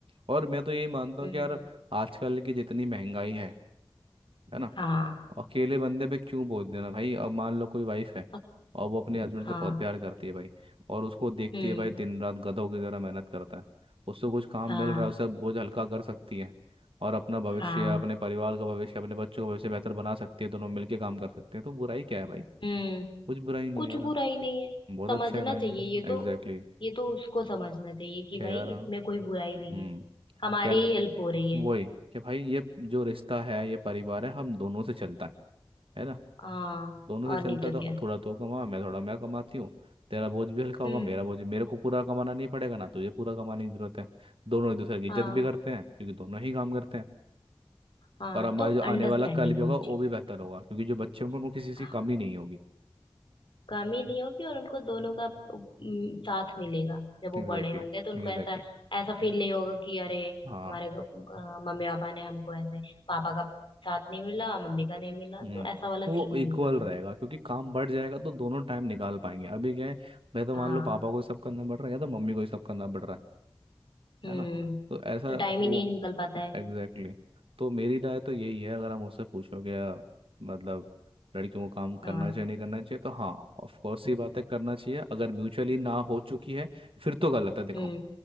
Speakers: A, on the right; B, on the left.
A: और मैं तो यही मानता
B: हम्म
A: हूँ कि यार आजकल की जितनी महंगाई है है ना
B: हाँ
A: अकेले बंदे पे क्यों बोझ देना भाई अब मान लो कोई वाइफ है
B: अ-
A: और वो अपने हस्बैंड
B: हाँ
A: से बहुत प्यार करती है भाई और उसको देखती
B: हम्म
A: है भाई दिन रात गधों की तरह मेहनत करता है उसको कुछ काम
B: हाँ
A: मिल रहा है उसे बोझ हल्का कर सकती है और अपना भविष्य
B: हाँ
A: अपने परिवार का भविष्य अपने बच्चों का भविष्य बेहतर बना सकती है दोनों मिलके काम कर सकते हैं तो बुराई क्या है भाई
B: हम्म
A: कुछ बुराई नहीं
B: कुछ
A: है यार
B: बुराई नहीं है
A: बहुत
B: समझना
A: अच्छा है भाई
B: चाहिए ये तो
A: Exactly exactly.
B: ये तो उसको समझना चाहिए कि
A: क्या
B: भाई
A: यार
B: इसमें कोई बुराई नहीं
A: हम्म
B: है हमारी
A: यार
B: ही हेल्प हो रही है
A: वही कि भाई ये जो रिश्ता है ये परिवार है हम दोनों से चलता है है ना
B: हाँ
A: दोनों
B: और
A: से चलता
B: नहीं तो
A: है, तो
B: क्या
A: थोड़ा तू कमा मैं थोड़ा मैं कमाती हूँ तेरा बोझ भी हल्का होगा
B: हम्म
A: मेरा बोझ भी मेरे को पूरा कमाना नहीं पड़ेगा ना तुझे पूरा कमाने की जरूरत है दोनों एक दूसरे की इज्जत
B: हाँ
A: भी करते हैं क्योंकि दोनों ही काम करते हैं
B: हाँ
A: और हमारे
B: तो
A: जो आने
B: अंडरस्टैंडिंग
A: वाला कल भी
B: होनी
A: होगा वो
B: चाहिए
A: भी बेहतर होगा क्योंकि जो बच्चे होंगे उनको किसी चीज़
B: हाँ,
A: की कमी नहीं होगी
B: कमी नहीं होगी और उनको दोनों का उम, साथ मिलेगा जब वो
A: एग्जैक्टली
B: बड़े होंगे तो उनको
A: एग्जैक्टली
B: ऐसा ऐसा फील नहीं होगा कि अरे
A: हाँ
B: हमारे अ, मम्मी पापा ने हमको ऐसे पापा का साथ नहीं मिला मम्मी का नहीं मिला
A: हम्म
B: तो
A: तो
B: ऐसा वाला सीन
A: वो
B: ही
A: इक्वल
B: नहीं
A: रहेगा
B: होगा
A: क्योंकि काम बढ़ जाएगा तो दोनों टाइम निकाल पाएंगे अभी क्या है मैं तो
B: हाँ
A: मान लो पापा को ही सब करना पड़ रहा है या तो मम्मी को ही सब करना पड़ रहा है
B: हम्म
A: है ना तो ऐसा
B: तो टाइम
A: वो
B: ही नहीं निकल पाता है
A: एग्जैक्टली exactly. तो मेरी राय तो यही है अगर आप मुझसे पूछोगे या मतलब लड़कियों को काम करना
B: हाँ
A: चाहिए नहीं करना चाहिए तो हाँ ऑफ कोर्स ये बातें करना चाहिए अगर म्यूचुअली ना हो चुकी है फिर तो गलत है देखो
B: हम्म